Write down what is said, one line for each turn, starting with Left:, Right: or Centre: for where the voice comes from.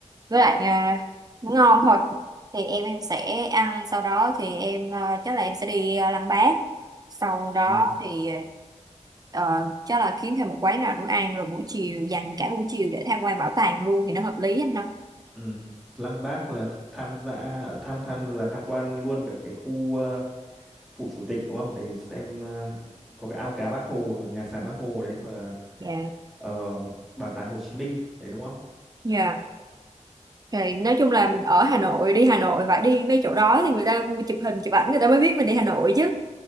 Right: với lại à, nó ngon thôi thì em em sẽ ăn sau đó thì em à, chắc là em sẽ đi à, Lăng Bác sau đó
Centre: ừ
Right: thì ờ, chắc là kiếm thêm một quán nào nữa ăn rồi buổi chiều dành cả buổi chiều để tham quan bảo tàng luôn thì nó hợp lý anh ha
Centre: ừ Lăng Bác là tham gia tham tham là tham quan luôn cả cái khu ờ, phủ chủ tịch đúng không để xem ờ, có cái ao cá Bác Hồ và nhà sàn Bác Hồ đấy và
Right: dạ
Centre: ờ, bảo tàng Hồ Chí Minh đấy đúng không
Right: dạ Thì nói chung là
Centre: Bạn-
Right: ở Hà Nội đi Hà Nội phải đi mấy chỗ đó thì người ta chụp hình chụp ảnh người ta mới biết mình đi Hà Nội chứ